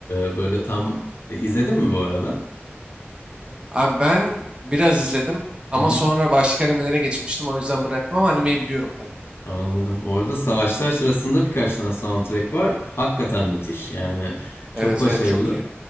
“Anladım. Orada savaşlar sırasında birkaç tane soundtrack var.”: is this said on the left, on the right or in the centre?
Left